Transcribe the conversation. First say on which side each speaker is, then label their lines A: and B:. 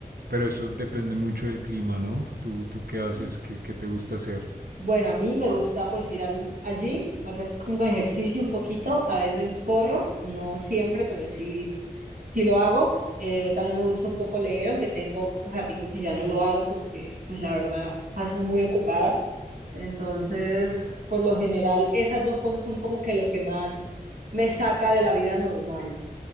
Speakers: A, on the right; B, on the right.
A: Pero eso depende mucho del clima, ¿no? ¿Tú, tú qué haces?
B: Sí.
A: ¿Qué, qué te gusta hacer?
B: Bueno, a mí me gusta pues ir al, al gym, hacer como ejercicio un poquito, a veces corro, no siempre, pero sí. si lo hago, eh, también me gusta un poco leer, aunque tengo ratico que ya no lo hago porque, pues la verdad, paso muy ocupada. Entonces, por lo general, esas dos cosas son como que lo que más me saca de la vida normal.